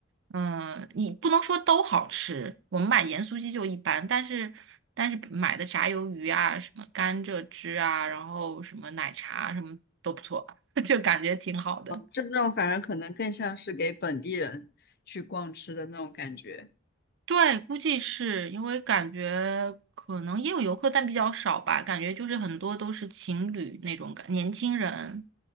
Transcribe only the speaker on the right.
嗯，你不能说都好吃，我们买盐酥鸡就一般，但是但是买的炸鱿鱼啊，什么甘蔗汁啊，然后什么奶茶啊什么都不错，<laughs> 就感觉挺好的。
对，估计是因为感觉可能也有游客，但比较少吧。感觉就是很多都是情侣那种感，年轻人